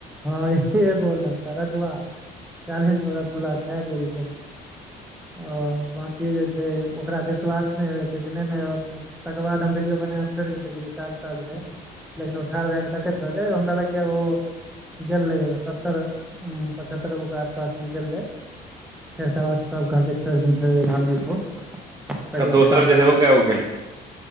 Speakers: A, in the centre; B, on the right.
A: हँ एगो लड़का रजुवा चालीस गो रसगुल्ला खा गेल छलै ओ बाकी जे छै ओकरा विश्वास नहि हो छै नहि नहि आओर तकर बाद हम वीडियो बने छोड़ के देै काज ताज रहै ने लेकिन ओ ठार भएके देखैत रहलै हमरा ले के ओ गेले ओ सत्तर पचहत्तर रो के आसपास मे गेल रहे फेर तकर बाद सब कहलके छोड़ दिही आब नए खो पर
B: आ
A: अपना
B: दोसर
A: <unintelligible>
B: जे रहै ओ कै गो खेलकै